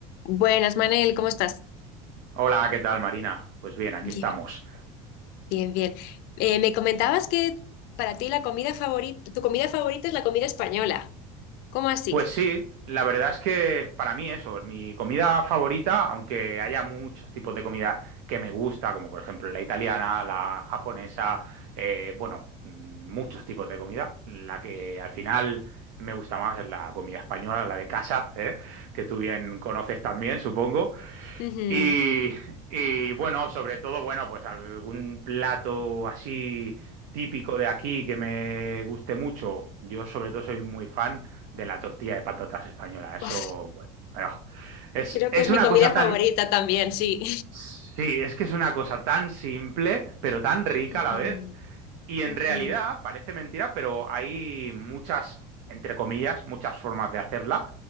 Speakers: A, on the left (about 60°); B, on the right (about 70°).
A: Buenas, Manel, ¿cómo estás?
B: Hola, ¿qué tal, Marina? Pues bien, aquí
A: Bien.
B: estamos.
A: Bien, bien. Eh, me comentabas que para ti la comida favorita, tu comida favorita es la comida española. ¿Cómo así?
B: Pues sí, la verdad es que para mí eso, mi comida favorita, aunque haya muchos tipos de comida que me gusta, como por ejemplo la italiana, la japonesa, eh, bueno, mm, muchos tipos de comida, la que al final me gusta más es la comida española, la de casa, ¿eh? que tú bien conoces también, supongo.
A: Ujú.
B: Y, y, bueno, sobre todo, bueno, pues algún plato así típico de aquí que me guste mucho. Yo sobre todo soy muy fan de la tortilla de patatas española. Eso,
A: Uf,
B: bueno, ah, es,
A: creo
B: es
A: que es mi
B: una
A: comida
B: cosa tan,
A: favorita también, sí.
B: sí, es que es una cosa tan simple, pero tan rica
A: <laughs> Ujú,
B: a la vez. Y en
A: ujú,
B: realidad, parece mentira, pero hay muchas, entre comillas, muchas formas de hacerla,